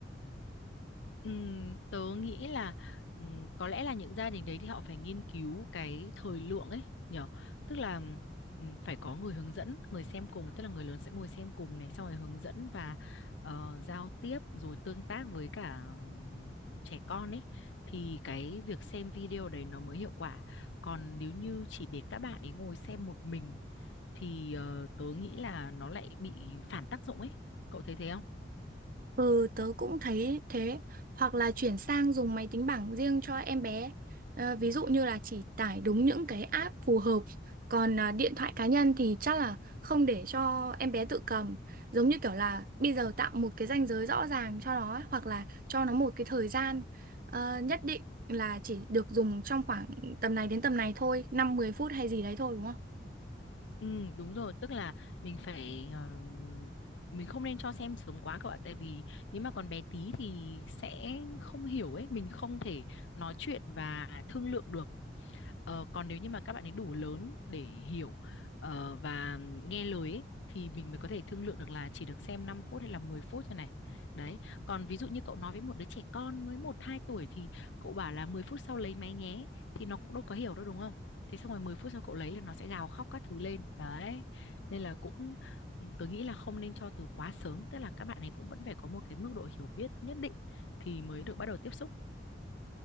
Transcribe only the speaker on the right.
Ừ, tớ cũng thấy thế. Hoặc là chuyển sang dùng máy tính bảng riêng cho em bé. Ờ, ví dụ như là chỉ tải đúng những cái app phù hợp. Còn à, điện thoại cá nhân thì chắc là không để cho em bé tự cầm. Giống như kiểu là bây giờ tạo một cái ranh giới rõ ràng cho nó ấy, hoặc là cho nó một cái thời gian ờ, nhất định là chỉ được dùng trong khoảng tầm này đến tầm này thôi, năm mười phút hay gì đấy thôi đúng không?